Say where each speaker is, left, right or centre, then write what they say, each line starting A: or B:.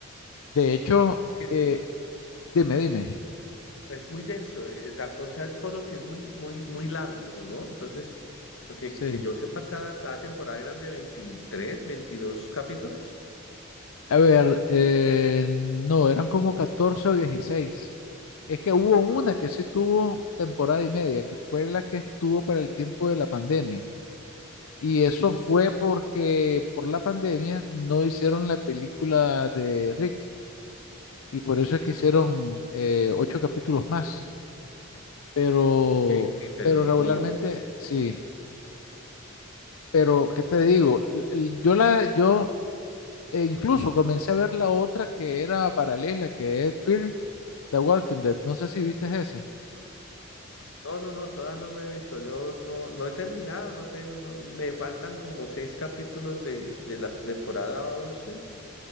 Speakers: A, on the left; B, on the left.
A: De hecho,
B: Es que
A: eh, dime, dime.
B: Es muy denso, eh, ta- o sea, es por lo que es muy, muy, muy largo, ¿no? Entonces, porque
A: Sí.
B: que yo sepa, cada, cada temporada eran de 23 22 capítulos.
A: A ver, eh, no, eran como 14 o 16. Es que hubo una
B: Ah,
A: que sí tuvo temporada y media, que fue la que estuvo para el tiempo de la pandemia. Y eso fue porque por la pandemia no hicieron la película de Rick. Y por eso es que hicieron eh, ocho capítulos más. Pero,
B: ok, uy, pero
A: pero regularmente
B: estuvo.
A: sí. Pero, ¿qué te digo? L- l- Yo la, yo eh, incluso comencé a ver la otra que era paralela, que es Fear the Walking Dead. No sé si viste esa.
B: No, no, no, todavía no me he visto. Yo no, no he terminado, no tengo, no- me faltan como seis capítulos de, de la temporada 11